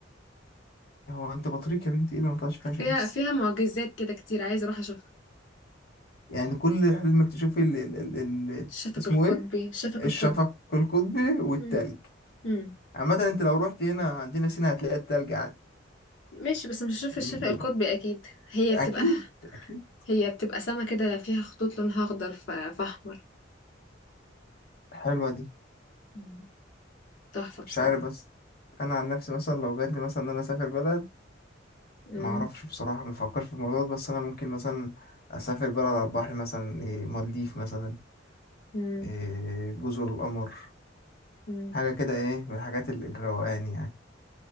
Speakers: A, on the left (about 55°); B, on the left (about 75°).
A: هو انت بطريق يا بنتي ايه اللي ما طلعش فيها
B: فيها
A: شمس
B: فيها معجزات كده كتير عايزة أروح أشوفها
A: يعني كل حلمك تشوفي ال ال ال ال-
B: الشفق
A: اسمه
B: القطبي
A: ايه
B: الشفق
A: الشفق
B: القطبي
A: القطبي والتلج
B: مم. مم.
A: عامة انت لو رحت هنا عندنا سينا هتلاقي التلج عادي
B: ماشي بس مش هشوف
A: بال-
B: الشفق
A: بال-
B: القطبي أكيد هي
A: اكيد
B: بتبقى
A: اكيد
B: هي بتبقى سما كده فيها خطوط لونها أخضر ف- فأحمر
A: حلوة دي
B: مم. تحفة بصراحة
A: مش عارف بس انا عن نفسي مثلا لو جاتلي مثلا ان انا اسافر بلد
B: مم.
A: ما اعرفش بصراحة ما افكرش في الموضوع ده بس انا ممكن مثلا اسافر بلد على البحر مثلا إيه مالديف مثلا
B: مم.
A: إيه جزر القمر
B: مم.
A: حاجة كده ايه من الحاجات ال- الروقان يعني